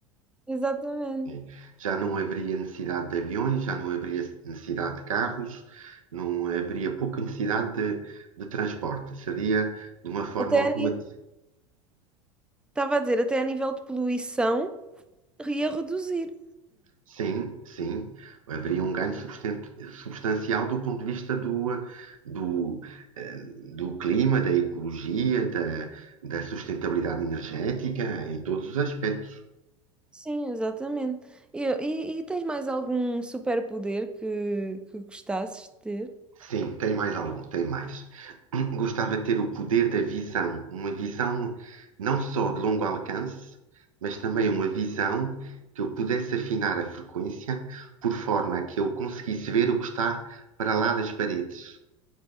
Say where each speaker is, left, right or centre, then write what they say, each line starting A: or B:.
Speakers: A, in the centre; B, on the right.
A: Exatamente.
B: Sim. Já não haveria necessidade de aviões, já não haveria necessidade de carros, não haveria pouca necessidade de, de transporte. Seria de uma forma
A: Até
B: automática.
A: a ni- estava a dizer, até a nível de poluição. E a reduzir.
B: Sim, sim, haveria um ganho substan- substancial do ponto de vista do, eh, do, eh, do clima, da ecologia, da, da sustentabilidade energética, em todos os aspectos.
A: Sim, exatamente. E, e, e tens mais algum superpoder que, que gostasses de ter?
B: Sim, tem mais algum, tem mais. <clears throat> Gostava de ter o poder da visão, uma visão não só de longo alcance, mas também uma visão que eu pudesse afinar a frequência por forma que eu conseguisse ver o que está para lá das paredes.